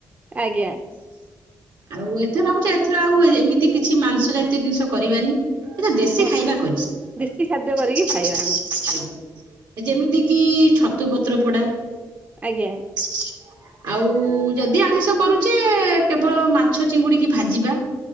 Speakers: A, on the right; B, on the right.
A: ଆଜ୍ଞା।
B: ଆଉ ଏଥର ଭାବୁଚି ଏଥର ଆଉ ଏମିତି କିଛି ମାଂସ ଜାତୀୟ ଜିନିଷ କରିବାନି। ଏ ତ ଦେଶୀ
A: ହଁ।
B: ଖାଇବା କରିବି।
A: ଦେଶୀ ଖାଦ୍ୟ କରିକି ଖାଇବା ଆମେ
B: ଖାଇବା। ଯେମିତି କିି ଛତୁ ପତ୍ର ପୋଡା।
A: ଆଜ୍ଞା।
B: ହ ଆଉ ଯଦି ଆମିଷ କରୁଚେ କେବଳ ମାଛ ଚିଙ୍ଗୁଡିକି ଭାଜିବା।